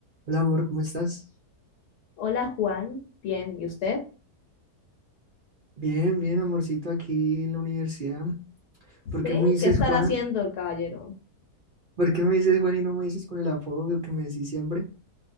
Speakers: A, on the right (about 65°); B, on the left (about 75°).
A: Hola amor, ¿cómo estás?
B: Hola Juan, bien, ¿y usted?
A: Bien, bien, amorcito, aquí en la universidad. ¿Por
B: Sí,
A: qué me dices
B: ¿qué estará
A: Juan?
B: haciendo el caballero?
A: ¿Por qué me dices Juan y no me dices con el apodo que me decís siempre?